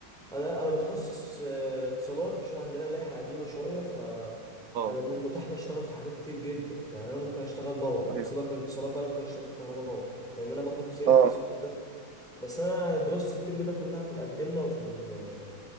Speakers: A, in the centre; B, on the right.
A: انا انا متخصص آه، اتصالات عشان عندنا لائحه قديمه شويه ف
B: اه
A: انا م- متاح لي اشتغل في حاجات كتير جدا يعني انا ممكن اشتغل باور
B: ايوه
A: سيبك من الاتصالات بقى انا ممكن اشتغل في كهرباء باور لان انا باخد سيركتس
B: اه
A: وكده بس انا دراستي الترم ده كلها في الانتنه وفي ال...